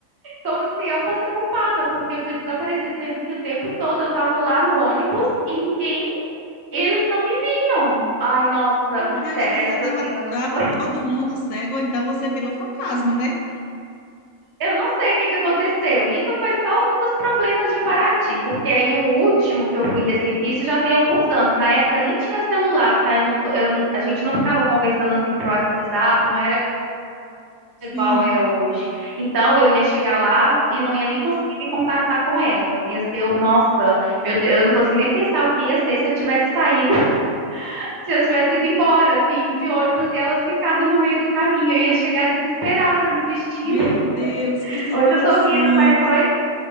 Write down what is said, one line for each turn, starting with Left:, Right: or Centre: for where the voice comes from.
Right: Como se eu fosse a culpada, porque eu tinha desaparecido, sendo que o tempo todo eu tava lá no ônibus e ninguém, eles não me viram. Ai, nossa,
Left: Meu Deus
Right: sério,
Left: do céu,
Right: essa
Left: tava,
Right: assim, eu acho
Left: tava
Right: que foi.
Left: todo mundo cego, ou então você virou fantasma, né?
Right: Eu não sei o que que aconteceu. Isso foi só um dos problemas de Paraty, porque aí o último que eu fui recente, isso já tem alguns anos. Na época nem tinha celular, tá? Eu não, tô- eu- a gente não ficava conversando assim pro WhatsApp, não era igual
Left: Sim,
Right: é hoje. Então eu ia chegar lá e não ia nem conseguir me contactar com elas. Ia ser, o- nossa, meu Deus, eu não consigo nem pensar o que ia ser se eu tivesse saído, <laughs> se eu tivesse ido embora, assim, de ônibus e elas ficado no meio do caminho. Eu ia chegar desesperada no destino.
Left: meu
Right: <laughs>
Left: Deus, que situação,
Right: Hoje eu tô rindo, mas foi